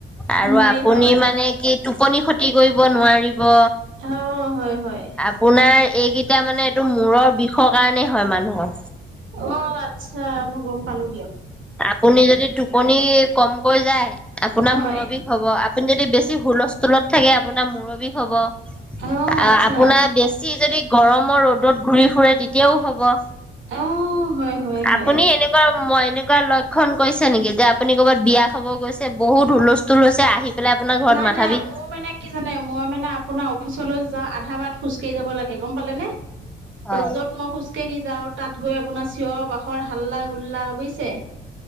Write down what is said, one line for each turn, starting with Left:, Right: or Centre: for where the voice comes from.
Centre: আৰু
Right: নোৱাৰি
Centre: আপুনি
Right: হয় হয়।
Centre: মানে কি টোপনি ক্ষতি কৰিব নোৱাৰিব।
Right: অ হয় হয়।
Centre: আপোনাৰ এইকেইটা মানে এইটো মূৰৰ বিষৰ কাৰণেই হয় মানুহ।
Right: অ আচ্ছা মই গম পালো দিয়া।
Centre: আপুনি যদি টোপনি কমকৈ যায় আপোনাৰ
Right: হয়।
Centre: মুৰৰ বিষ। হব আপুনি যদি বেছি হুলস্থুলত থাকে আপোনাৰ মুৰৰ বিষ হবহ
Right: অ'
Centre: আ
Right: আচ্ছা
Centre: আপোনাৰ বেছি যদি গৰমৰ ৰ'দত ঘূৰি ফুৰে তেতিয়াও হ'ব। ব
Right: অ' হয় হয় হয়।
Centre: আপুনি এনেকুৱা মই এনে। কোৱা লক্ষণ কৈছে নেকি যে আপুনি ক'ৰবাত বিয়া খাব গৈছে বহুত হুলস্থুল হৈছে আহি। পেলাই আপোনাৰ ঘৰত
Right: নাই
Centre: মাথা
Right: নাই
Centre: বিষ
Right: মোৰ মানে কি জানে মই মানে। আপোনাৰ অফিচলৈ যা আধা বাট খোজকাঢ়ি যাব লাগে গ'ম পালেনে,
Centre: হয়
Right: ৰ'দত মই খোজ। কেহি যাও তাত গৈ আপোনাৰ চিঞৰ বাখৰ হাল্লা গুল্লা বুজিছে।